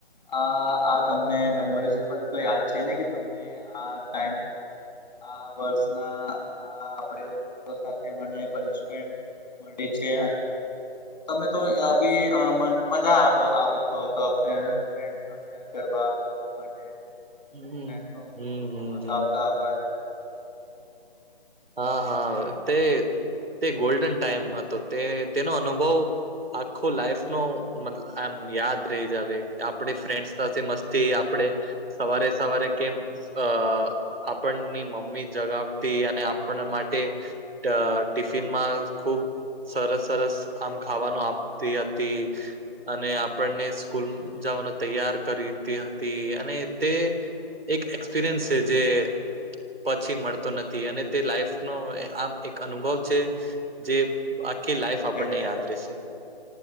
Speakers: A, on the left (about 45°); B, on the right (about 65°).
A: આ આ તમને મેમોરીઝ પણ તો યાદ છે ને કે તમને ટ આ વર્ષ ના આપ સાથે મમેન્ટ મળી છે તને તોી મજા આવીતો હતો ફન્ડ શેર કરવા માટે
B: હમ.
A: ફ્રેન્સનું
B: હમ હમ
A: પોતા
B: હમ
A: આવતા પણ
B: હા હા તે તે ગોલ્ડન ટાઈમ હતો તે તેનો અનુભવ આખો લાઈફ ન આમ યાદ રહી જાવ આપણી ફ્રેન્ડથી મસ્તી આપણે સવારે સવારે કેમ અ આપણની મમ્મી જગાવતી અને આપ માટે ટિફિનમાં ખૂબ સરસ સરસ આમ ખાવાનું આપતી હતી અને આપણને સ્કૂલ જવાનું તૈયાર કરીતી હતી અને તે એક એક્સપિરિયન્સ છે જે પછી મળતો નથી અને તે લાઈફ નો આમ એક અનુભવ છે જે આખી લાઈફ
A: ગોલ્ડન
B: આપણને
A: ટાઈમ
B: યાદ રહેશે
A: છે